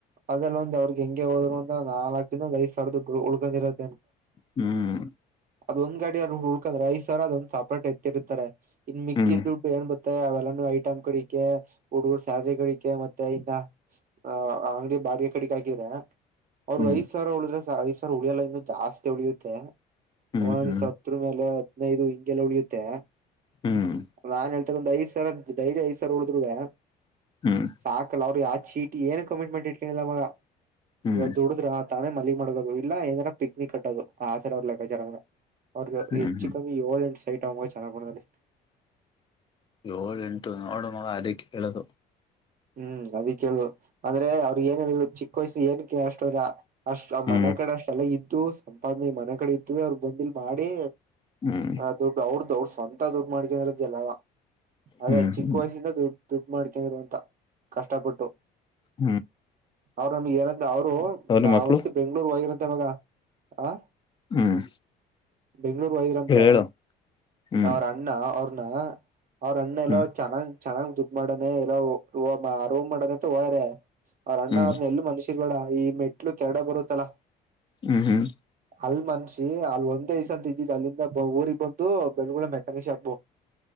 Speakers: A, on the right; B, on the left.
A: ಅದಲ್ಲ ಒಂದ ಅವ್ರಿಗೆ ಹೆಂಗೆ ಹೋದ್ ಅಂದ ನಾಲ್ಕರಿಂದ ಒಂದು ಐಸ್ ಸವಿಡ ಉಳ್ಕೊಂಡಿರತ್ತೆ
B: ಹ್ಮ್
A: ಅದೊಂದ್ ಗಾಡಿ ಅವರು ಉುಳ್ಕಂದ್ರೆ ಐದ ಸಾವಿರ ಅದೊಂದ್ ಸಾಪೇಟ್ ಎತ್ತಿಇಟ್ಟಿರುತ್ತಾರೆ ಇನ್ ಮಿಕ್ಕಿದ್ದ
B: ಹ್ಮ್
A: ದುಡ್ ಏನ್ತ್ತ ತೆ ಅವೆಲ್ಲನು ಐ ರಾಮಕ ಹುಡುಗರು ಸಾವರಿಗಳಿಗೆ ಮತ್ತೆ ಐ ತ ಇ ಹ ಅಂಗಡಿ ಬಾಡಿಯ ಕಡಿಕ ಹಾಕಿದ್ರ ಅವ್ರು
B: ಹ್ಮ್
A: ಐದ ಸಾವಿರ ಉಳದ್ರ ಈ ಸರ್ ಐದು ಉಳಿಯಲ್ಲ ಇನ್ನು ಜಾಸ್ತಿ ಉಳಿಯುತ್ತೆ
B: ಹ್ಮ್
A: ಅವ
B: ಹ್ಮ್
A: ಸತ್ರು ಮ್ಯಲೆ. ನ ಇದು ಹಿಂಗೆಲ್ಲ ಉಳಿಯುತ್ತೆ.
B: ಹ್ಮ್ ಹ್ಮ್
A: ನಾನ ಹೇಳ್. ಒಂದು ಐದು ಸರ್ ಡೈಲಿ ಒಂದು ಐದು ಸಾವಿರ ಉಳಿದಿರುವೆ
B: ಹ್ಮ್
A: ಸಾಕಲ್ಲ ಅವ್ರ ಯಾ. ಚೀಟಿ ಏನ ಕಮಿಟ್ಮೆಂಟ್ ಇಟ್ಕೊಂಡಿಲ್ಲ ಮಗ.
B: ಹ್ಮ್
A: ಇವತ್ತು ದುಡುದ್ರ ತಳೆ ಮಲಿ. ಮಾಡಗೋದು ಇಲ್ಲ ಏನಾರ ಪಿಕ್ನಿಕ್ ಆಟ್ಟೋದು. ಆರು ಸಾವಿರ ಅವ್ರ ಲೆಕ್ಕಚಾರ್ ಮಾಡಲ್ಲ
B: ಹ್ಮ್
A: ಹೆಚ್ಚು
B: ಹ್ಮ್
A: ಕಡಿಮೆ ಏಳೆಂಟು ಸಾವಿರ. ಸೈಟ ಚೆನ್ನಾಗ್ ಬರ್ತೈತಿ.
B: ಏಳು ಎಂಟು ನೋಡು ಮಗ ಅದೇ ಕೇಳದು.
A: ಹ್ಮ್ ಅದಿ ಕೇಳು ಆದ್ರೆ ಅವ್ರಗ್ ಏನಕ್ಕೆ ಚಿಕ್ಕ ವಯಸ್ಸ ಏನಕ್ಕೆ ಅಷ್ಟೊಂದು. ಅಷ್ಟ್ ಆ
B: ಹ್ಮ್
A: ಮನೆ ಕಡೆ ಅಷ್ಟೆಲ್ಲ ಇದ್ದು ಸಂಪಾದನೆ ಮನೆ ಕಡೆ ಇತ್ತು ಅವ್ರು ಬಂದು ಮಾಡಿ.
B: ಹ್ಮ್
A: ಆ ದುಡ್ಡು ಅವರದು. ಅವರ ದ ಸ್ವಂತ ದುಡ್ಡ ಮಾಡ್ಕಂದ್ರಲ್ಲ. ಅದೇ
B: ಹ್ಮ್
A: ಚಿಕ್ಕ
B: ಹ್ಮ್
A: ವಯಸ್ಸಿಂದ ದು ದುಡ್ಡು ಮಾಡ್ಕೊಂಡಿರುವಂತ. ಕಷ್ಟಪಟ್ಟು.
B: ಹ್ಮ್
A: ಅವ್ರ ನಮ್ಗೆ ಏನಂತ ಅವ್ರು
B: ಅವ್ರ
A: ನಾವಸ್ತ್
B: ಮಕ್ಕಳು
A: ಬೆಂಗಳೂರು ಹೋಗದ. ತಾ ಅವಾಗ ಹ್ಹ್.
B: ಹ್ಮ್.
A: ಬೆಂಗಳೂರು ಹೋಗಿದ್ರಂತೆ
B: ಹೇಳ ಹೇಳು ಹ್ಮ್
A: ಅವ್ರ ಅಣ್ಣ ಅವ್ರ <inaudible> ಅವ್ರಣ್ಣ ಎಲ್ಲೋ
B: ಹ್ಮ್
A: ಚೆನ್ನಾಗ್ ಚೆನ್ನಾಗಿ ದುಡ್ಡು ಮಾಡವ್ನೆ ಎಲ್ಲೋ ರೂಮ್ ಮಾಡಕಂತ ಹೋಗವ್ರೆ. ಅವರ ಅಣ್ಣ
B: ಹ್ಮ್
A: ಅವರನ್ನ ಎಲ್ಲಿ ಮನಸ್ಸಿರಬೇಡ. ಈ ಮೆಟ್ಲು ಕೆರಡೆ ಬರುತ್ತಲಾ.
B: ಹ್ಮ್ ಹ್ಮ್.
A: ಅಲ್ಲಿ ಮನ್ಸಿ ಅಲ್ಲ ಒಂದೇ ಸಲ ಅಲ್ಲಿಂದ ಊರಿಗೆ ಬಂದು ಬೆಳಗಳ ಮೆಕಾನಿಕ್ ಶಾಪ್.